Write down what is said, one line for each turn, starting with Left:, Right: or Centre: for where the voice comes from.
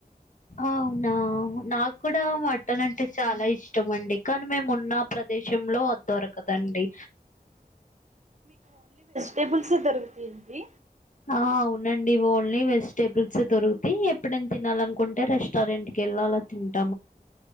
Left: అవునా నా కూడా మటన్ అంటే చాలా ఇష్టం అండి కానీ మేము ఉన్న ప్రదేశంలో అది దొరకదండి
Right: టేబుల్స్ ఏ దొరుకుతాయి అండి
Left: అవునండి ఓన్లీ వెజిటేబుల్స్ ఏ దొరుతాయి ఎప్పుడైనా తినాలనుకుంటే రెస్టారెంట్ కి వెళ్ళి అలా తింట